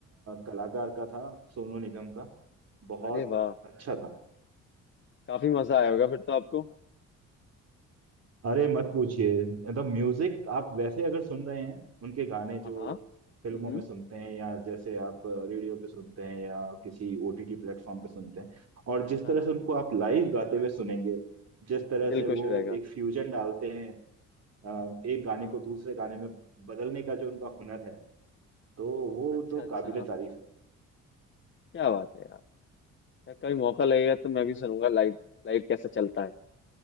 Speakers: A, on the right; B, on the left.
A: कलाकार का था सोनू निगम का बहुत
B: अरे वाह
A: अच्छा था
B: काफी मजा आया होगा फिर तो आपको
A: अरे मत पूछिए मतलब म्यूजिक आप वैसे अगर सुन रहे हैं उनके गाने जो
B: हाँ हाँ
A: फिल्मों
B: हम्म हम्म,
A: में सुनते हैं या जैसे आप रेडियो पे सुनते हैं या किसी ओटीटी प्लेटफॉर्म पे सुनते हैं और जिस
B: हाँ
A: तरह
B: हाँ
A: से उनको आप लाइव गाते हुए सुनेंगे जिस तरह
B: दिल
A: से
B: खुश
A: वो
B: हो जाएगा
A: एक फ्यूजन डालते हैं अ, एक गाने
B: हाँ
A: को दूसरे गाने में बदलने का जो उनका हुनर है तो वो
B: अच्छा
A: तो
B: अच्छा
A: काबिले तारीफ है
B: क्या बात है यार मैं- कभी मौका लगेगा तो मैं भी सुनूंगा लाइव लाइव कैसा चलता है